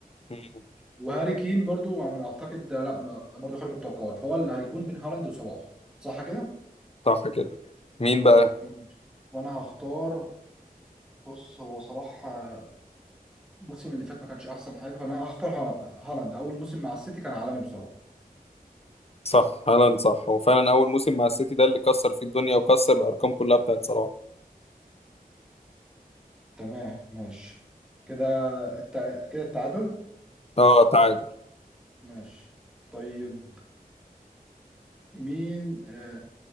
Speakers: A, on the left; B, in the centre.
A: مم.
B: وهاري كين برضو يعني اعتقد ده لا ما- برضو خارج التوقعات فهو اللي هيكون بين هالاند وصلاح صح كده؟
A: صح كده مين بقى
B: ماشي. وانا هختار بص هو صلاح آه، الموسم اللي فات ما كانش احسن حاجه فانا هختار هالا- هالاند اول موسم مع السيتي كان عالمي بصراحه
A: صح هالاند صح هو فعلا اول موسم مع السيتي ده اللي كسر فيه الدنيا وكسر الارقام كلها بتاعت صلاح
B: تمام ماشي كده التع... كده التعادل
A: اه تعادل
B: ماشي طيب مين آه...